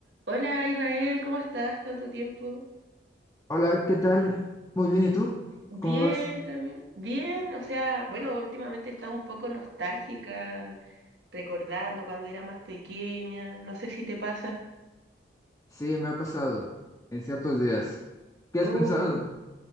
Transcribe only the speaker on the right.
Hola Israel, ¿cómo estás? Tanto tiempo.
Bien,
también. Bien, o sea, bueno, últimamente he estado un poco nostálgica, recordando cuando era más pequeña, no sé si te pasa.
Uh,